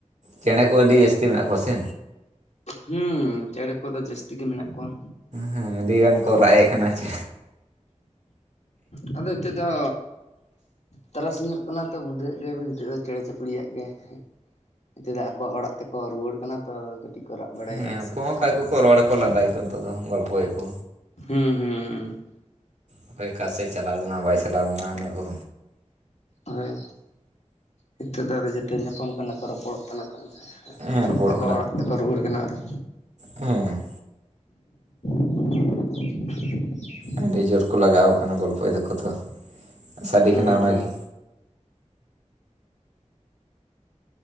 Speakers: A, on the right; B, on the left.
A: ᱪᱮᱬᱮᱸ ᱠᱚ ᱟᱹᱰᱤ ᱡᱟᱹᱥᱛᱤ ᱢᱮᱱᱟᱜ ᱠᱚᱣᱟ ᱥᱮ?
B: ᱦᱩᱸ ᱪᱮᱬᱮ ᱠᱚᱫᱚ ᱡᱟᱹᱥᱛᱤ ᱜᱮ ᱢᱮᱱᱟᱜ ᱠᱚᱣᱟ᱾
A: ᱦᱮᱸ ᱟᱹᱰᱤ ᱜᱟᱱ ᱠᱚ ᱨᱟᱜᱼᱮᱜ ᱠᱟᱱᱟ ᱪᱮᱼᱼ
B: ᱦᱸ ᱟᱫᱚ ᱦᱤᱛᱚᱜ ᱫᱚᱼᱼ ᱛᱟᱨᱥᱤᱧᱚᱜ ᱠᱟᱱᱟ ᱛᱚ ᱵᱩᱡᱷᱟᱹᱜ ᱜᱮᱭᱟᱵᱤᱱ ᱱᱤᱛᱚᱜ ᱫᱚ ᱪᱮᱬᱮ ᱪᱤᱯᱲᱤᱭᱟᱜᱼᱼ ᱜᱮ ᱱᱤᱛᱚ ᱫᱚ ᱟᱠᱚᱣᱟᱜ ᱚᱲᱟᱜ ᱛᱮᱠᱚ ᱨᱩᱣᱟᱹᱲ ᱠᱟᱱᱟ ᱛᱚ, ᱠᱚ ᱨᱟᱜ ᱵᱟᱲᱟᱭᱮᱫᱼᱟ
A: ᱦᱮᱸ ᱩᱱᱠᱩ
B: ᱥᱮ
A: ᱦᱚᱸ ᱟᱠᱚ ᱠᱚ ᱨᱚᱲᱟᱠᱚ ᱞᱟᱸᱫᱟᱭᱟᱠᱚ ᱱᱤᱛᱚᱜ ᱫᱚ ᱜᱚᱞᱯᱷᱚᱭᱟᱠᱚ
B: ᱦᱩᱸ ᱦᱩᱸ ᱦᱩᱸ
A: ᱚᱠᱚᱭ ᱚᱠᱟ ᱥᱮᱫ ᱪᱟᱞᱟᱣ ᱞᱮᱱᱟ ᱵᱟᱭ ᱪᱟᱞᱟᱣ ᱞᱮᱱᱟ ᱚᱱᱟᱠᱚ᱾
B: ᱦᱳᱭ ᱱᱤᱛᱚᱜ ᱫᱚ ᱟᱫᱚ ᱡᱮᱛᱮ ᱧᱟᱯᱟᱢ ᱠᱟᱱᱟ ᱠᱚ ᱨᱚᱯᱚᱲᱚᱜ ᱠᱟᱱᱟ ᱠᱚ ᱦᱱ
A: ᱦᱮᱸ ᱨᱚᱯᱚᱲᱚᱜ
B: ᱟᱠᱚ ᱚᱲᱟᱜ ᱛᱮᱠᱚ ᱨᱩᱣᱟᱹᱲ ᱠᱟᱱᱟ ᱟᱫᱚᱼᱼ
A: ᱦᱮᱸᱻ
B: <inaudible>
A: ᱟᱰᱤ ᱡᱳᱨ ᱠᱚ ᱞᱟᱜᱟᱣ ᱠᱟᱱᱟ ᱜᱚᱞᱯᱚᱭ ᱫᱟᱠᱚ ᱛᱚ ᱥᱟᱰᱮ
B: ᱦᱩᱸ
A: ᱠᱟᱱᱟ
B: ᱦᱩᱸ
A: ᱚᱱᱟᱜᱮ